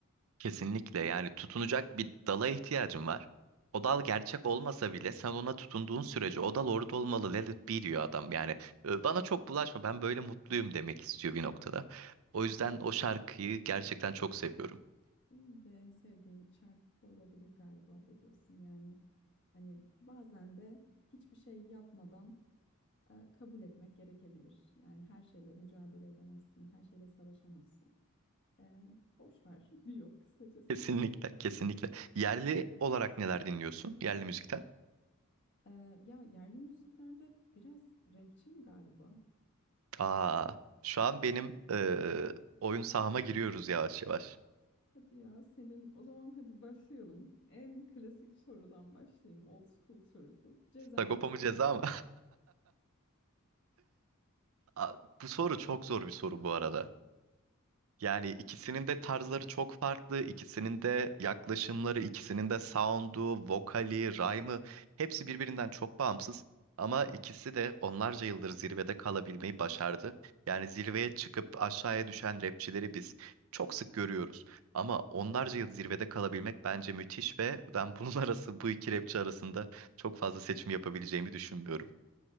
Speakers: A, on the right; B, on the left.
A: Kesinlikle yani tutunacak bir dala ihtiyacın var. O dal gerçek olmasa bile sen ona tutunduğun sürece o dal orada olmalı. Let it be diyor adam. Yani e, bana çok bulaşma ben böyle mutluyum demek istiyor bir noktada. O yüzden o şarkıyı gerçekten çok seviyorum.
B: Benim de en sevdiğim şarkısı olabilir galiba Beatles'ın. Yani hani bazen de hiçbir şey yapmadan e, kabul etmek gerekebilir. Yani her şeyle mücadele edemezsin, her şeyle savaşamazsın. E, boş ver <laughs> diyor kısacası.
A: <laughs> Kesinlikle, kesinlikle. Yerli olarak neler dinliyorsun? Yerli müzikten.
B: E, ya yerli müziklerde biraz rapçiyim galiba.
A: Aa, şu an benim e, oyun sahama giriyoruz yavaş yavaş.
B: Hadi ya senin o zaman hadi başlayalım. En klasik sorudan başlayayım. Old school sorusu. Ceza
A: Sagopa
B: mı Sagopa
A: mı ceza mı?
B: mı?
A: <laughs> Aa, Bu soru çok zor bir soru bu arada. Yani ikisinin de tarzları çok farklı, ikisinin
B: Evet.
A: de yaklaşımları, ikisinin de sound'u, vokali, rhyme'ı hepsi birbirinden çok bağımsız. Ama ikisi de onlarca yıldır zirvede kalabilmeyi başardı. Yani zirveye çıkıp aşağıya düşen rapçileri biz çok sık görüyoruz. Ama onlarca yıl zirvede kalabilmek bence müthiş ve ben bunun <laughs> arası bu iki rapçi arasında çok fazla seçim yapabileceğimi düşünmüyorum.